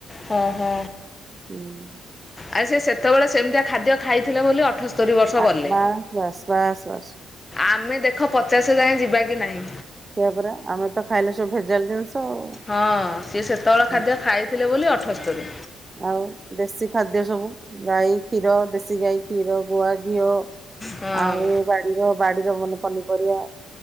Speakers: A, on the left (about 20°); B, on the right (about 30°).
A: ହଁ - ହଁ।
B: ହୁଁ।
A: ଆଉ ସେଏ ସେତେବେଳେ ସେମିତିଆ ଖାଦ୍ୟ ଖାଇଥିଲେ ବୋଲି ଅ ଅଠସ୍ତରୀ ବର୍ଷ
B: ଆ
A: ଗଲେ,
B: ବାସ୍ ବାସ୍ ବାସ୍ ବାସ୍।
A: ଆମେ ଦେଖ ପଚାଶ ଯାଏ ଯିବା କି ନାହିଁ?
B: ସେଇଆ ପରା, ଆମେ ତ ଖାଇଲେ ସବୁ ଭେଜାଲ ଜିନିଷ ଆଉ।
A: ହଁ ସିଏ ସେତେବେଳେ
B: ହୁଁ,
A: ଖାଦ୍ୟ ଖାଇଥିଲେ ବୋଲି ଅଠସ୍ତରୀ
B: ଆଉ ଦେଶୀ ଖାଦ୍ୟ ସବୁ ଗାଈ କ୍ଷୀର, ଦେଶୀ ଗାଈ କ୍ଷୀର, ଗୁଆ ଘିଅ
A: ହଁ
B: ଆଉ ବାଡିର, ବାଡିର ଭଲ ପନିପରିବା,